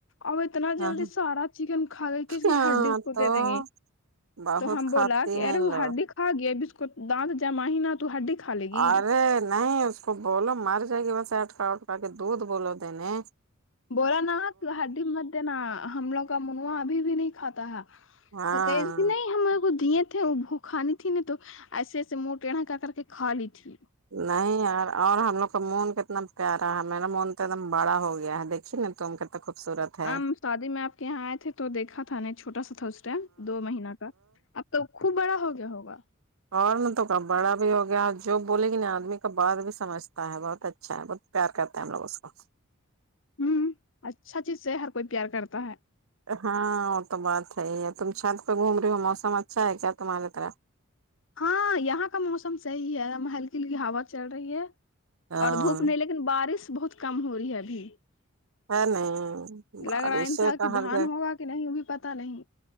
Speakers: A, on the left; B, on the right.
A: اب اتنا جلدی
B: ہاں
A: سارا چکن کھا گئی کہ اس کی
B: ہاں
A: ہڈی کو
B: تو
A: دے دیں گی
B: بہت
A: تو ہم
B: کھاتے
A: بولا کہ
B: ہیں
A: ارے
B: لوگ
A: وہ ہڈی کھ آگیا بسکٹ دانت جمع ہی نہ تو ہڈی کھا لے گی
B: ارے نہیں اس بولو مر جائے گی ویسے اٹکا اٹکا کے دودھ بولو دنے
A: بولا نا ہڈی مت دینا ہم لوگ کا منو ابھی بھی نہیں کھاتا ہے
B: ہاں
A: تو کہرہی نہیں ہماکو دیے تھی وہ بہو کھانی تھی نہیں تو ایسے ایسے منہ تیڑا کتر کر کے کھا لی تھی
B: نہیں یار اور ہم لوگ کا مون کتنا پیارا ہے میرا مون تو ایک دم بڑا ہو گیا ہے دیکھیے نا تم کن خوبصورت ہے
A: ہم شادی میں آپ کے یہاں آئے تھے تو دیکھا تھا نےچھوٹا سا تھا ٹائم دو مہینہ کا اب تو خوب بڑا ہو گیا ہوگا
B: اور نے تو کا بڑا بھی ہو گیا جو بولے گی نہ آدمی کا بات بھی سمجتا ہے بہت اچھا ہے بت پیار کرتے ہیں ہم لوگ اس کو
A: ھمم اچھا چیز سے ہر کوئی پیار کرتا ہے
B: ہاں وہ تو بات ہے ہی تم چھت پہ گھوم رہی ہو موسم اچھا ہے کیا تمہاری طرف
A: ہاں یہاں کا موسم صحیح ہے ہلکی ہلکی ہوا چل رہی ہے
B: ہاں
A: اور دھوپ نہیں لے لیکن بارش بہت کم ہو رہی ہے ابھی
B: ہے نہیں بارشیں
A: لگ رہا ان کا کہ
B: ہر
A: دھان
B: جگہ
A: ہوگا کہ نہیں ہوگی پتہ نہیں